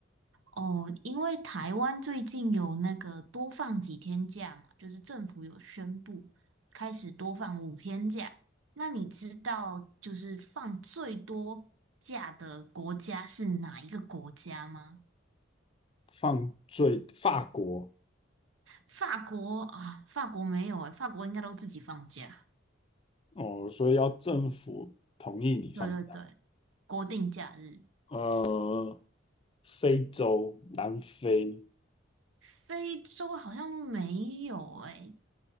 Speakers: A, on the right; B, on the left.
A: 哦，因为台湾最近有那个多放几天假嘛，就是政府有宣布开始多放五天假。那你知道就是放最多假的国家是哪一个国家吗？
B: 犯罪，法国
A: 法国啊，法国没有诶，法国应该都自己放假。
B: 哦，所以要政府同意你放假。
A: 对对对，国定假日。
B: 呃，非洲，南非，
A: 非洲好像没有诶。